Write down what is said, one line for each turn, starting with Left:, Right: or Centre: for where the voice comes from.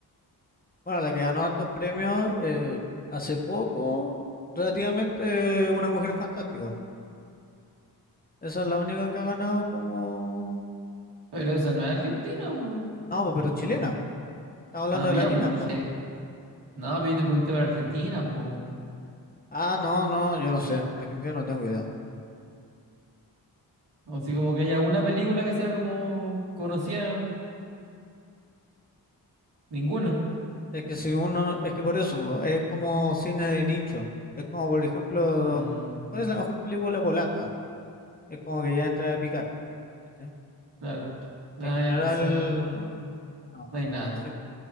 Left: Bueno, la que ganó hartos premios eh, hace poco, relativamente una mujer fantástica. Esa es la única que ha ganado como...
Right: Pero eso no es Argentina, po.
Left: No, po, pero chilena.
Right: O-
Left: Estamos hablando
Right: ah, pues
Left: de latina,
Right: ya, pues yo dije,
Left: po.
Right: no, pero yo te pregunté por Argentina, po.
Left: Ah, no, no, yo no sé. Argentina no tengo idea.
Right: O si como que haya una película que sea como conocida, ninguna.
Left: Es que si uno... Es que por eso, po, es como cine de nicho. Es como, por ejemplo,
Right: Mm,
Left: ¿cuál es la mejor película polaca? Es como que ya entra a picar. ¿cachai?
Right: claro. Nada,
Left: En general,
Right: ya entonces
Left: no.
Right: no hay nada.
Left: Así